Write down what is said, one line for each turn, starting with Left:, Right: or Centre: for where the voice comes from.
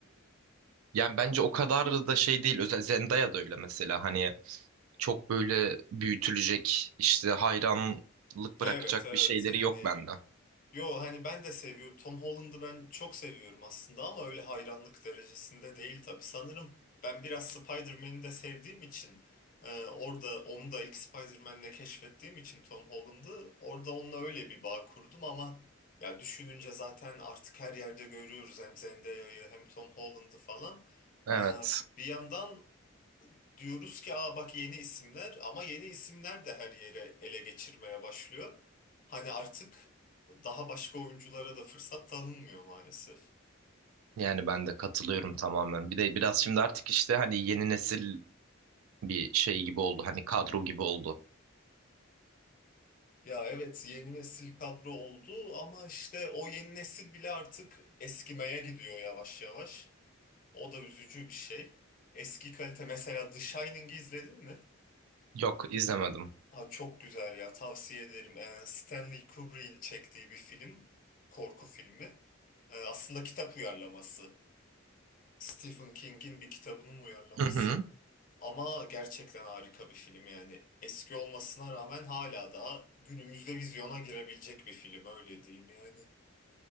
Right: Yani bence o kadar da şey değil. Özel Zendaya da öyle mesela. Hani çok böyle büyütülecek işte hayranlık
Left: Evet
Right: bırakacak
Left: evet
Right: bir şeyleri
Left: yani
Right: yok bende.
Left: Yo hani ben de seviyorum. Tom Holland'ı ben çok seviyorum aslında ama öyle hayranlık derecesinde değil tabii. Sanırım ben biraz Spider-Man'i de sevdiğim için e, orada onu da ilk Spider-Man'le keşfettiğim için Tom Holland'ı orada onunla öyle bir bağ kurdum ama ya düşününce zaten artık her yerde görüyoruz hem Zendaya'yı hem Tom Holland'ı falan.
Right: Evet.
Left: E, bir yandan diyoruz ki aa bak yeni isimler ama yeni isimler de her yere ele geçirmeye başlıyor. Hani artık daha başka oyunculara da fırsat tanınmıyor maalesef.
Right: Yani ben de katılıyorum tamamen. Bir de biraz şimdi artık işte hani yeni nesil bir şey gibi oldu. Hani kadro gibi oldu.
Left: Ya evet yeni nesil kadro oldu ama işte o yeni nesil bile artık eskimeye gidiyor yavaş yavaş. O da üzücü bir şey. Eski kalite mesela The Shining'i izledin mi?
Right: Yok izlemedim.
Left: Abi çok güzel ya tavsiye ederim. Ee, Stanley Kubrick'in çektiği bir film, korku filmi. Ee, aslında kitap uyarlaması. Stephen King'in bir kitabının uyarlaması.
Right: Hı hı.
Left: Ama gerçekten harika bir film yani. Eski olmasına rağmen hala daha günümüzde vizyona girebilecek bir film öyle diyeyim yani.